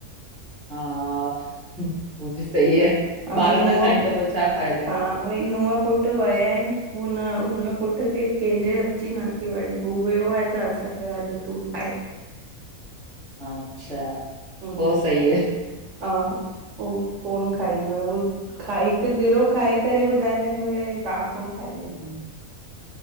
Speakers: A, in the centre; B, on the right (about 60°).
A: हा उ बि सही आहे।
B: अ
A: ॿार
B: हा, नूंहं,
A: न खाइनि त पोइ छा फ़ाइदो
B: हा। वई नूह पुट वया आहिन, हुन नूंह पुट के कंहिंजे हथ जी न थी वणे, हू वियो आहे त असां चयो अॼु तूं ठाहे।
A: अच्छा
B: ह
A: पोइ सही
B: हा, ह, उह कोन खाईंदो आहे, उह खा हिकु गिरहो खाई करे ॿुधाए लाईंदो हे तहां कोन ठाही आहे।